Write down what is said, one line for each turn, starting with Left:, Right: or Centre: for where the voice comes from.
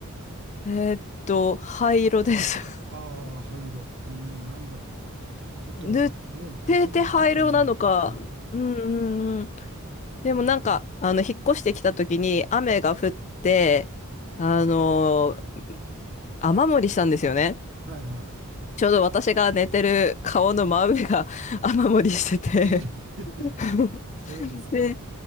Left: <laughs> えっと、灰色です。
Right: ああー、灰色。うーん、なんだろうな。
Left: <laughs>
Right: ちょっとね、
Left: 塗っ
Right: 実物ちょっと見ないとわかんないけど。
Left: てて灰色なのか。うんうんうん。でもなんか、あの、引っ越してきた時に雨が降って、あのー雨漏りしたんですよね。
Right: はい、はい。
Left: ちょうど私が寝てる顔の真上が <laughs> 雨漏りしてて。
Right: え
Left: <laughs>
Right: <laughs> そうですか。
Left: で、